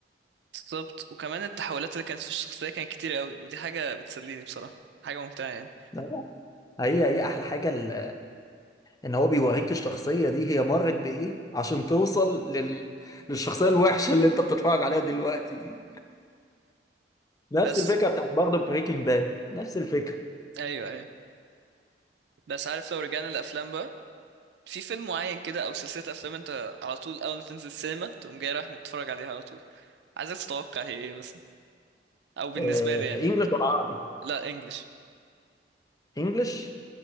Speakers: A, on the right; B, on the left.
A: بالظبط وكمان التحولات اللي كانت في الشخصية كانت كتير قوي ودي حاجة بتسليني بصراحة حاجة ممتعة يعني
B: لا، لا، هي هي احلى حاجه ال- ان هو بيوريك الشخصيه دي هي مرت بايه عشان توصل لل... للشخصيه الوحشه اللي انت بتتفرج عليها دلوقتي دي نفس
A: بس
B: الفكره بتاعت برضه بريكنج باد نفس الفكره
A: ايوه ايوه بس عارف لو رجعنا الافلام بقى في فيلم معين كده او سلسله افلام انت على طول اول ما تنزل السينما تقوم جاي رايح متتفرج عليها على طول عايزك تتوقع هي ايه مثلا او بالنسبه
B: آه،
A: لي يعني
B: انجلش ولا عربي
A: لا انجلش
B: انجلش